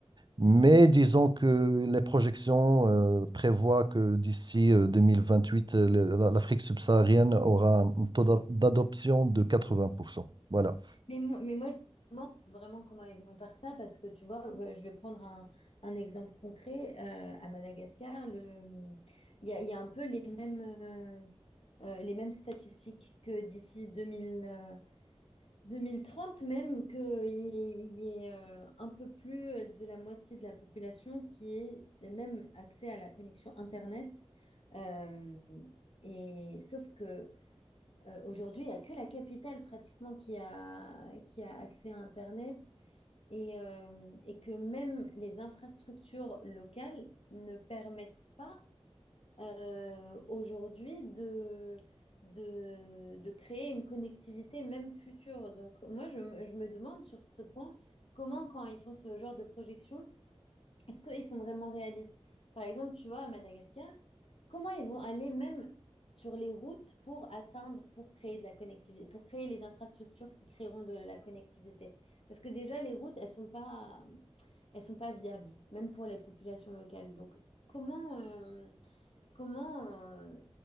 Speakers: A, on the right (about 45°); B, on the left (about 65°).
A: mais disons que les projections euh, prévoient que d'ici euh, 2028, euh, le- la- l'Afrique subsaharienne aura un taux d'a- d'adoption de 80%. Voilà.
B: Mais, mo- mais moi, je me demande vraiment comment ils vont faire ça parce que tu vois, euh, je vais prendre un, un exemple concret. euh, à Madagascar, le, il y a, il y a un peu les mêmes, euh, euh, les mêmes statistiques que d'ici 2000. 2030 même, qu'il y ait euh, un peu plus de la moitié de la population qui ait même accès à la connexion Internet. Euh, et, sauf que euh, aujourd'hui, il n'y a que la capitale pratiquement qui a, qui a accès à Internet et, euh, et que même les infrastructures locales ne permettent pas euh, aujourd'hui de, de, de créer une connectivité même future. Donc moi, je, me je me demande sur ce point, comment quand ils font ce genre de projection, est-ce qu'ils sont vraiment réalistes? Par exemple, tu vois, à Madagascar, comment ils vont aller même sur les routes pour atteindre, pour créer de la connectivité, pour créer les infrastructures qui créeront de la connectivité? Parce que déjà, les routes, elles sont pas, elles sont pas viables, même pour les populations locales. Donc, comment... euh, comment euh,